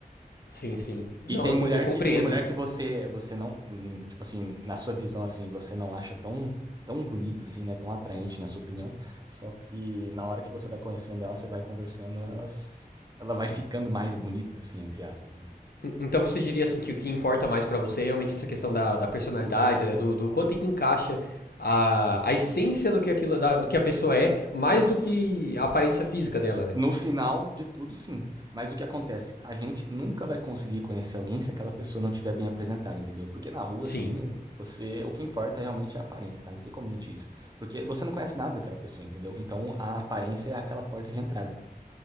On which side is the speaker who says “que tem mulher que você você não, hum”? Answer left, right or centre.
Right